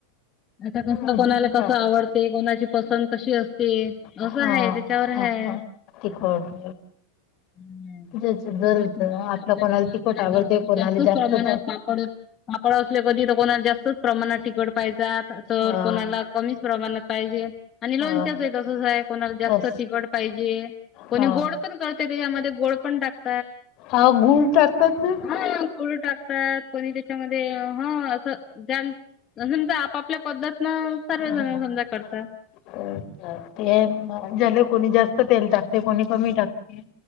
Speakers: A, on the left; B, on the left.
A: आता कसं
B: अजून
A: कोणाला कसं
B: काय
A: आवडते कोणाची पसंत कशी असते
B: हा
A: असं हाय त्याच्यावर
B: हा
A: हाय
B: हा तिखट
A: हम् हम
B: जस
A: तिखट मीठ
B: जर
A: आपल्या प्रमाणात...
B: तिखट
A: कोणाला
B: आवडते
A: जर कधी
B: कोणाला
A: जास्त प्रमाणात
B: त-
A: पापड... पापड अस. कधीतर कोणाला जास्तच प्रमाणात तिखट पाहिजात. तर
B: हा
A: कोणाला कमीच प्रमाणात पाहिजे आणि लोणच्याचं
B: हा
A: ही तसंच आहे कोणाला जास्त
B: तस
A: तिखट पाहिजे. जे... कोणी
B: हा
A: गोड पण करते त्याच्यामध्ये गोड पण टाकते.
B: हा गुळ टाकतात ना.
A: हा गुळ टाकतात कोणी त्याच्यामध्ये. ह असं ज समजा आपापल्या पद्धतन सर्वजण
B: हा
A: समजा करतात.
B: तर
A: ह
B: तर ते झा्याले कोणी जास्त तेल टाकते कोणी कमी टाकते.